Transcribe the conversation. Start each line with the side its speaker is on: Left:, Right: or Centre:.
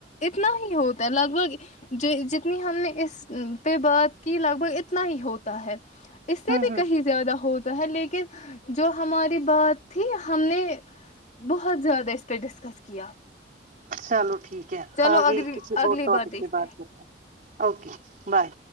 Left: اتنا ہی ہوتا لگ بھگ جتنی ہم نے اس پہ بات کی لگ بھگ اتنا ہی ہوتا ہے اس سے
Right: ہوں
Left: بھی
Right: ہوں
Left: کہیں زیادہ ہو تو ہے لیکن جو ہماری بات تھی ہم نے بہت زیادہ اس پہ ڈسکس کیا
Right: چلو ٹھیک ٹھیک ہے
Left: چلو
Right: آگئے
Left: اگلی
Right: کسی
Left: اگلی
Right: اور ٹاپک
Left: بار دیکھتے
Right: سے
Left: ہیں۔
Right: بات کرتے اوکے بائے